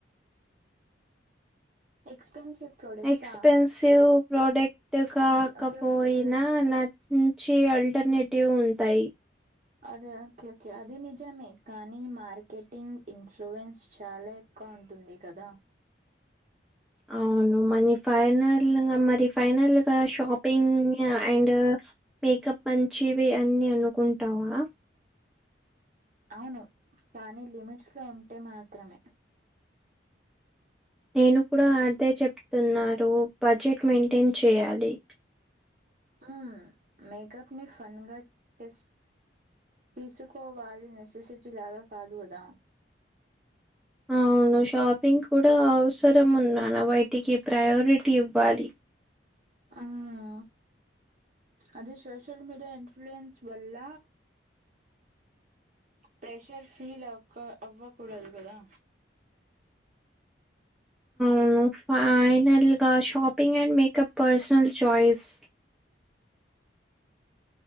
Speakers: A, on the right; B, in the centre.
A: ఎక్స్పెన్సివ్ ప్రోడక్ట్సా
B: expensive product కాకపోయినా
A: okay okay okay
B: నంచి అల్ ఆల్టర్నేటివ్ ఉంటాయి
A: అద ఓకే ఓకే అది నిజమే కానీ మార్కెటింగ్ ఇన్ఫ్లూయన్స్ చాలా క ఉంటుంది కదా
B: అవును మనీ ఫైనల్ గ మరి ఫైనల్ గా షాపింగ్ అండ్ మేకప్ మంచివె అన్ని అనుకుంటావా
A: అవును కానీ లిమిట్స్ లో ఉంటే మాత్రమే
B: నేను కూడా అదే చెప్తున్నారు బడ్జెట్ మెయింటైన్ చేయాలి
A: హ మెకప్ని ఫన్గ తిస్ తీసుకోవాలి నెసెసిటీ లాగా కదుగదా
B: అ అవును షాపింగ్ కూడా అవసరం ఉన్నాను బయటికి ప్రయారిటీ ఇవ్వాలి
A: అవునా అదే సోషల్ మీడియా ఇన్ఫ్లుూయెన్స్ వల్ల ప్రెషర్ ఫీల్ అవక అవ్వ కుడదు గదా
B: అవును ఫైనల్ గా shopping and makeup personal choice